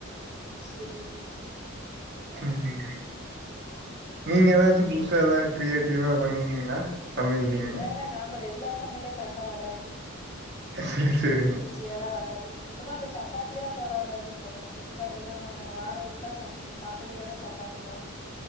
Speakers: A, on the left; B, on the right.
A: சரி ஓகே
B: ம் நீங்க ஏதாச்சு புதுசா ஏதாவது கிரியேட்டிவா பண்ணுவீங்களா சமையல் நீங்க
A: இல்லல்ல நாம ரெகுலர் சமையலே கரெக்டா வராது
B: சேரி
A: இதுல க்ரியேட்டிவிட்டி
B: சேரிங்க
A: எலா வராது சுத்தமா இந்த சப்பாத்தி எல்லா போட வராது அது எ வீட்டுக்காரருதா வாரோ ஒருக்கா ச சாட்டடே ஆனா சப்பாத்திதா